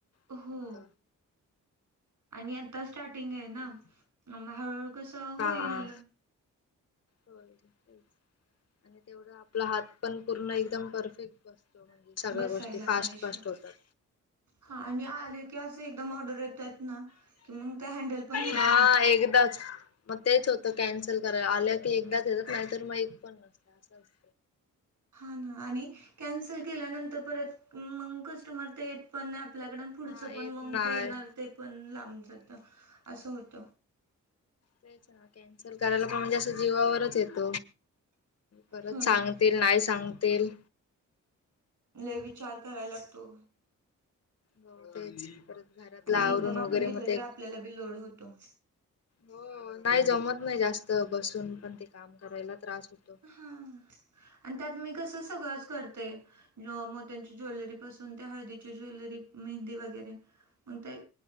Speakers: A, on the left; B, on the right.
A: होत
B: हो आणि आता स्टार्टिंग आहे
A: तेच
B: ना हळूहळू कस होईल
A: हा होय आणि तेवढ आपला हात पण पूर्ण एकदम परफेक्ट बसतो. म्हणजे सगळ्या
B: बसायला
A: गोष्टी फास्ट
B: पाहिजे.
A: फास्ट होतात.
B: हां आणि आले की अस एकदम ऑर्डर येतात- ना कि मग त्या हॅन्डल पण होत
A: हा
B: नाहीत.
A: एकदाच मग तेच होतं कॅन्सल करायला. आल्या की एकदाच येतात नाहीतर मग एक पण नसते असं असत.
B: हा ना आणि कॅन्सल केल्यानंतर परत मग कस्टमर ते येत पण- आपल्याकड पुढच
A: हा
B: पण
A: येत
B: मग
A: नाय
B: जे येणार ते पण लाब- जात असं होत.
A: तेच ना कॅन्सल करायला पण म्हणजे असं जीवावरच येत. परत
B: हो ना
A: सांगतील नाही सांगतील.
B: लई विचार कराय लागतो.
A: हो तेच. घरातल
B: आणि
A: आवरून
B: एकदम
A: वगैरे
B: आपण घेतलं
A: मग ते,
B: तरी आपल्याला बी लोड होतो
A: हो. नाही जमत. नाही जास्त बसून पण ते काम करायला त्रास- होतो.
B: हा आणि त्यात मी कस सगळं- करते. मोत्यांची ज्वेलरी पासून त्या हळदीच्या ज्वेलरी, मेहंदी वगैरे. मग ते